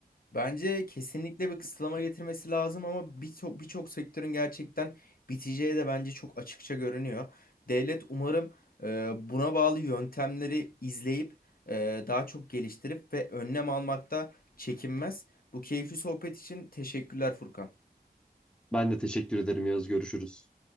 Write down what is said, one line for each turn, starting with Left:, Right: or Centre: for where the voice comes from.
Left: Bence kesinlikle bir kısıtlama getirmesi lazım ama birçok birçok sektörün gerçekten biteceği de bence çok açıkça görünüyor. Devlet umarım e, buna bağlı yöntemleri izleyip e, daha çok geliştirip ve önlem almakta çekinmez. Bu keyifli sohbet için teşekkürler Furkan.
Centre: Ben de teşekkür ederim Yağız. Görüşürüz.